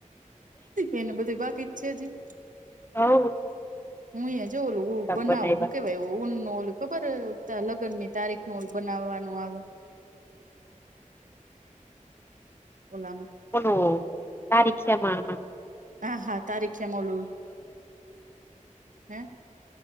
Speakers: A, on the right; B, on the left.
A: એનુ બધુંય બાકી જ છે હજીય?
B: હવ
A: હુંય હજુ જો ઓલું બનાઉ
B: બનાવ્યા
A: હું કેવાય? ઊનનો ઓલુ ખબર અ લગનની તારીખનો ઓલુ બનાવવાનું આવે. ઓલામાં.
B: ઓલુ તારીખ છે અમારમા.
A: હા હા તારીખ છે એમાં ઓલું હે